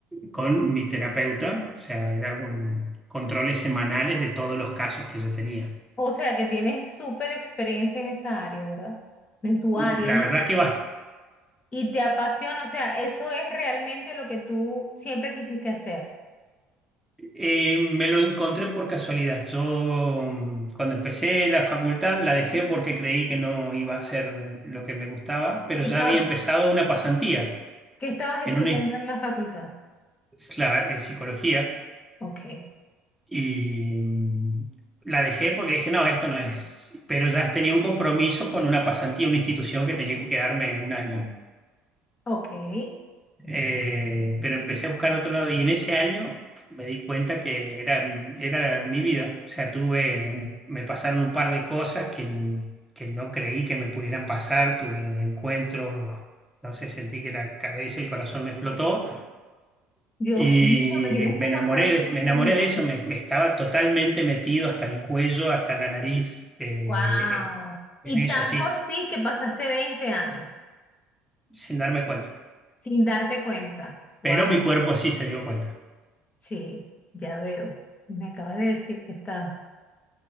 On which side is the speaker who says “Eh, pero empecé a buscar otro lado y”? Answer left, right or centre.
Centre